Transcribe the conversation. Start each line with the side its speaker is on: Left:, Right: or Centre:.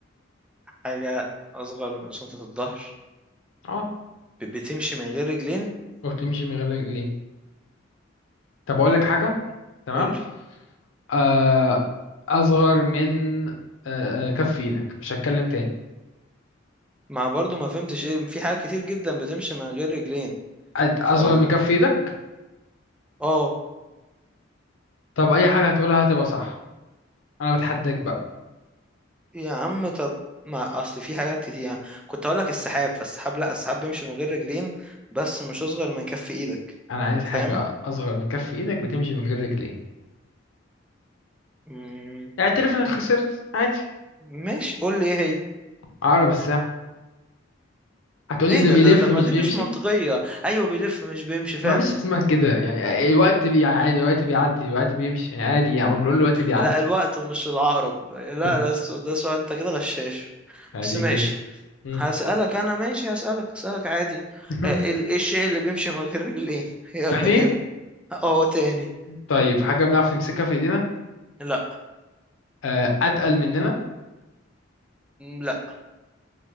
Centre: حاجة أصغر من شنطة الظهر
Left: اه
Centre: وبتمشي من غير رجلين
Left: وبتمشي من غير رجلين طب أقول
Centre: أم،
Left: لك حاجة تمام
Centre: قولي
Left: آه أصغر من آه آه، كف إيدك مش هتكلم تاني
Centre: مع برضو ما فهمتش ايه في حاجات كتير جدا بتمشي من غير رجلين
Left: أد- أصغر
Centre: فال
Left: من كف إيدك
Centre: اه
Left: طب أي حاجة هتقولها هتبقى صح أنا بتحداك بقى
Centre: يا عم طب ما اصل في حاجات كتير يعني كنت اقول لك السحاب فالسحاب لا السحاب بيمشي من غير رجلين بس مش اصغر من كف ايدك
Left: أنا عايز
Centre: فاهم
Left: حاجة أصغر من كف إيدك بتمشي من غير رجلين
Centre: مم،
Left: اعترف إنك خسرت عادي
Centre: ماشي قول لي ايه هي
Left: عقرب الساعة هتقولي
Centre: ايه
Left: ده
Centre: ده
Left: بيلف
Centre: ده طب
Left: مش
Centre: ما دي
Left: بيمشي
Centre: مش منطقية ايوه بيلف مش بيمشي فعلا
Left: مفيش اسمها كده يعني الوقت بي يعني عادي الوقت بيعدي الوقت بيمشي يعني عادي يعني ما بنقول الوقت بيعدي
Centre: لا الوقت مش العقرب لا
Left: طب
Centre: لا السو- ده سؤال انت كده غشاش
Left: عادي
Centre: بس ماشي
Left: كده مم.
Centre: هسألك انا ماشي هسألك هسألك عادي
Left: <laughs>
Centre: آه، ال- ايه الشيء اللي بيمشي من غير رجلين <laughs> يلا
Left: تاني
Centre: جاوب اه تاني
Left: طيب حاجة بنعرف نمسكها في ايدينا
Centre: لا
Left: آه، أتقل مننا
Centre: لا